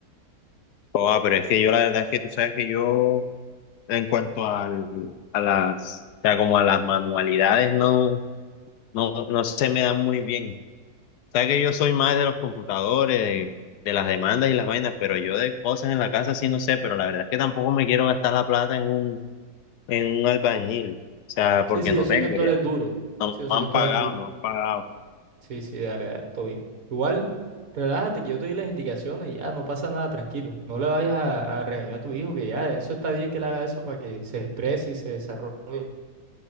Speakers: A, on the left; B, on the right.
A: Joda, pero es que yo la verdad es que tú sabes que yo, en cuanto al, a las, o sea, como a las manualidades, no, no, no se me dan muy bien. Sabes que yo soy más de los computadores, de, de las demandas y las vainas, pero yo de cosas en la casa sí no sé, pero la verdad es que tampoco me quiero gastar la plata en un, en un albañil, o sea,
B: Sí,
A: porque
B: sí,
A: no
B: yo sé
A: tengo
B: que tú
A: ya,
B: eres duro.
A: no
B: Sí, yo
A: me
B: sé
A: han
B: que tú
A: pagado,
B: eres duro.
A: no me han pagado.
B: Sí, sí, dale, dale, todo bien. Igual, relájate que yo te doy las indicaciones y ya no pasa nada, tranquilo. No le vayas a, a regañar a tu hijo, que ya eso está bien que le haga eso para que se exprese y se desarrolle.